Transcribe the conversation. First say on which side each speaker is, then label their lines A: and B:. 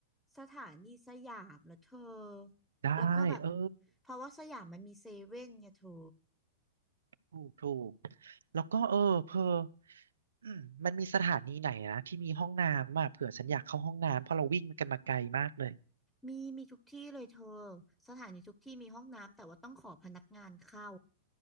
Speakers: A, in the centre; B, on the right (about 75°).
A: สถานีสยามแล้วเธอ
B: ได้เออ
A: แล้วก็แบบเพราะว่าสยามมันมีเซเว่นไงเธอ
B: ถูกถูกแล้วก็เออเพออืมมันมีสถานีไหนนะที่มีห้องน้ำอ่ะเผื่อฉันอยากเข้าห้องน้ำเพราะเราวิ่งกันมาไกลมากเลย
A: มีมีทุกที่เลยเธอสถานีทุกที่มีห้องน้ำแต่ว่าต้องขอพนักงานเข้า